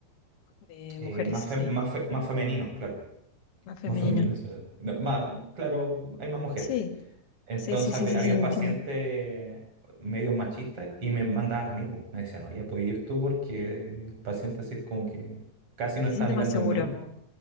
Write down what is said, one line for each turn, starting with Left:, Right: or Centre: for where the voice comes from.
Left: De
Right: eh,
Left: mujeres,
Right: más, fe-
Left: sí.
Right: más, fe- más femenino, claro.
Left: Más femenino.
Right: Más femenino, <laughs> suena. No, más, claro, hay más mujeres.
Left: Sí,
Right: Entonces
Left: sí, sí, sí,
Right: hab-
Left: sí,
Right: habían
Left: sí, entiendo.
Right: pacientes medio machistas y me mandaban a mí, pues. Me decían, oye, puedes ir tú porque el paciente así es como que casi no
Left: Se
Right: está
Left: siente
Right: mirando
Left: más seguro.
Right: en menos.